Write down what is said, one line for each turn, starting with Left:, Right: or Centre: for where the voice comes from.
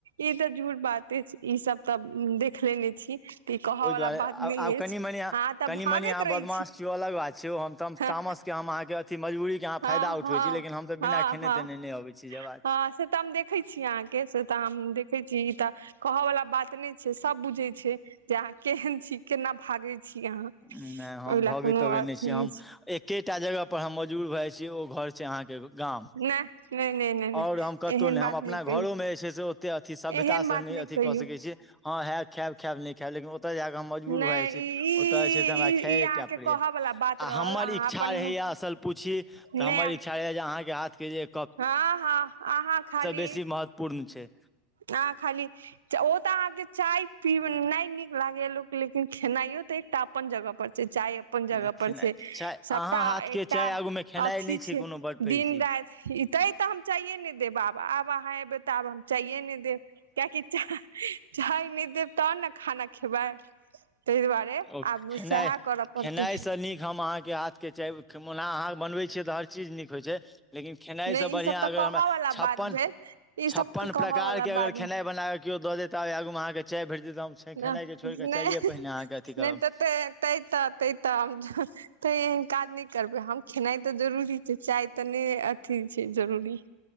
Right: ई तऽ जूठ बात अछि ई सब तऽ देखलेने छी तऽ ई कहऽ
Centre: ओहि
Right: वाला
Centre: दुआरे
Right: बात नहि
Centre: आब
Right: अछि
Centre: कनि मनि अहाँ
Right: तऽ
Centre: कनि
Right: भागैत
Centre: मनि अहाँ
Right: रहै
Centre: बदमाश छियै अलग बात छै ओ हम तऽ
Right: हँ
Centre: तामस हम अहाँके अथी मजबूरी के
Right: हँ
Centre: फायदा उठबै
Right: हँ
Centre: छी लेकिन हम तऽ
Right: हँ
Centre: बिना खेने
Right: हँ
Centre: तेने नहि अबै छी जे बात
Right: हँ से तऽ हम देखै छी अहाँके से तऽ हम देखै छी तऽ कहऽ वालला बात नहि छै सब बुझै छै जे अहाँ केहन छी केना भागे छी अहाँ
Centre: नहि हम
Right: ओहि लए
Centre: भगैत
Right: कोनो
Centre: तबे
Right: अथी
Centre: नहि छी हम
Right: छै
Centre: एकेटा जगह पर हम मजबूर भऽ जाइ छी ओ जे अहाँ के गाम
Right: नहि नहि नहि नहि
Centre: आऔर
Right: नहि
Centre: कतो
Right: एहन
Centre: नए
Right: बात
Centre: हम अपना
Right: नहि
Centre: घरो
Right: कहियौ
Centre: मे जे छय से एत अथि सभ्यता
Right: एहन बात
Centre: से नहि अथी
Right: कहियौ
Centre: क सकै छी ह खायब खायब नहि खायब लेकिन ओतय जााक मजबूर
Right: नहि
Centre: भए जाइ
Right: ई
Centre: छै ओतय जे छै से हमरा
Right: ई
Centre: खे
Right: ई अहाँके
Centre: पड़ैया
Right: कहऽ वला बात रहल
Centre: आ हमर
Right: अहाँ
Centre: इच्छा
Right: अपन
Centre: रहेया
Right: मुँह
Centre: असल पूछि
Right: नहि
Centre: तऽ हमर इच्छा यऽ जे अहाँके हाथ के
Right: हँ हँ आहाँ खाली
Centre: बेसी महत्वपूर्ण छै
Right: आ खाली ओ तऽ अहाँ के चाय पी न नीक लागे या लो लेकिन खेनाइयो ते एकटा अपन जगह पर छै चाय अपन जगह
Centre: अरे खेनाइ
Right: पर छै
Centre: चाय
Right: सबटा
Centre: अहाँ हाथके
Right: एकटा
Centre: चाय आगूमे खेनाइ
Right: अथी
Centre: नहि
Right: छै
Centre: कोनो बड पैघ
Right: दिन
Centre: चीज
Right: राति तै तऽ हम चाइये ने देब आब आब अहाँ एबै तऽ आब हम चाइये नहि देब कियकि चाय चाय ने दे तबन ने खाना खेबै ताहि दुआरे
Centre: ओ
Right: आब
Centre: खेनाइ
Right: सएह करऽ पड़तै
Centre: खेनाइसँ नीक हम अहाँके हाथके खेमौना अहाँके बनबै छियै तऽ हर चीज नीक होइ छै लेकिन खेनाइसँ
Right: नहि
Centre: बढ़िआँ
Right: ई सब तऽ
Centre: अगर
Right: कहऽ
Centre: हमरा
Right: वाला
Centre: छप्पन
Right: बात भेल ई सब
Centre: छप्पन
Right: कहऽ
Centre: प्रकारके
Right: वाला
Centre: अगर
Right: बात
Centre: खेनाइ बना कऽ केओ दऽ देता आ आगूमे अहाँकेँ चाय भेट देत हम
Right: नहि
Centre: खेनाइ के छोड़ केऽ चाये पहिने अथी
Right: नहि
Centre: करब
Right: तऽ तऽ तऽ तऽ काज करबै हम खेनाइ तऽ जरूरी छै चाय तऽ नहि अथी छै जरूरी